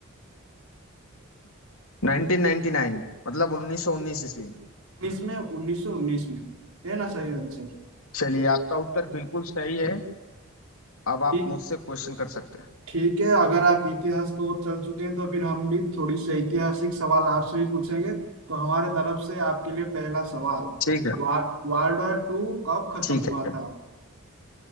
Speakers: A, on the left; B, on the right.
A: 1999 मतलब 1919 ईस्वी
B: 19 में 1919 में है ना सही आंसर
A: चलिए आपका उत्तर बिल्कुल सही है अब
B: ठीक
A: आप मुझसे क्वेश्चन कर सकते हैं
B: ठीक है अगर आप इतिहास को ओर चल चुके हैं तो फिर हम भी थोड़ी सी ऐतिहासिक सवाल आपसे भी पूछेंगे तो हमारे तरफ से आपके लिए पहला सवाल
A: ठीक है
B: वा, वर्ल्ड वॉर टू कब खत्म
A: ठीक
B: हुआ
A: है
B: था